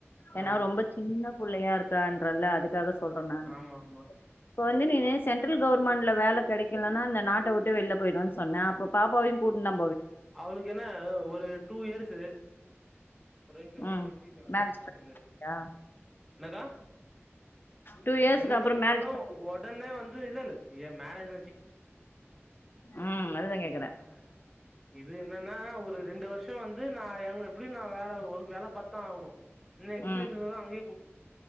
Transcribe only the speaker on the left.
ஏனா
ரொம்ப சின்ன புள்ளையா இருக் இருக்கான்றல்ல அதுக்காக சொல்ற நானு
இப்ப வந்து நீனு சென்டரல் கவர்மெண்ட்ல வேல கெடைக்கலனா இந்த நாட்ட விட்டு வெளில போயிறுவே சொன்னே அப்ப பாப்பாவையு கூட்டு நா
ம்
மேரேஜ்
பண்ணியா
டூ இயர்ஸ்க்கு
அப்புறோ
மேரேஜ் பண்
ம் அதுதா கேக்கற
ம்